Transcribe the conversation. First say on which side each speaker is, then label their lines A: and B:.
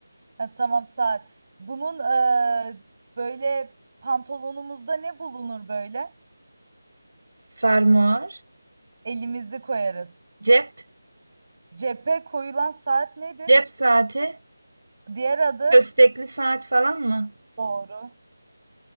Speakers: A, on the right; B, on the right.
A: Ha, tamam saat. Bunun eee, böyle pantolonumuzda ne bulunur böyle?
B: fermuar,
A: Elimizi koyarız.
B: cep,
A: Cephe koyulan saat nedir?
B: cep saati,
A: Diğer adı
B: köstekli saat falan mı?
A: doğru.